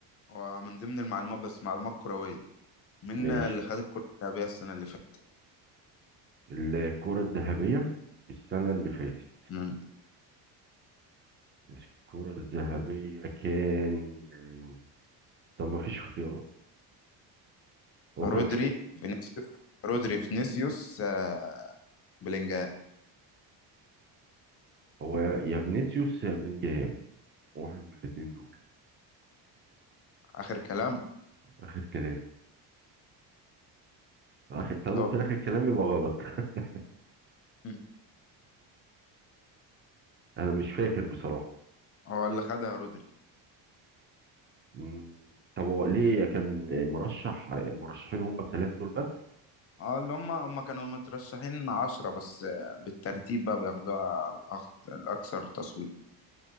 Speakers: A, on the left (about 35°); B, on the right (about 25°).
A: ومن ضمن المعلومات بس معلومات كروية مين
B: ماشي
A: اللي خد الكرة الذهبية السنة اللي فاتت؟
B: الكرة الذهبية السنة اللي فاتت
A: مم.
B: الكرة الذهبية كان آه، طب ما فيش اختيارات هو كان
A: رودري
B: في إيه؟
A: فينيسيوس رودري فينيسيوس آه، بلينجهام
B: هو يا فينيسيوس يا بلينجهام واحد من الاثنين دول
A: آخر كلام
B: آخر كلام آخر طالما
A: طب.
B: قلت لك الكلام يبقى غلط <laughs>
A: مم.
B: أنا مش فاكر بصراحة
A: هو اللي خدها رودري
B: مم. طب هو ليه كان مرشح المرشحين هم الثلاثة دول بس؟
A: اه اللي هم هم كانوا مترشحين عشرة بس آه، بالترتيب بقى بياخدوها الأخ- الأكثر تصويت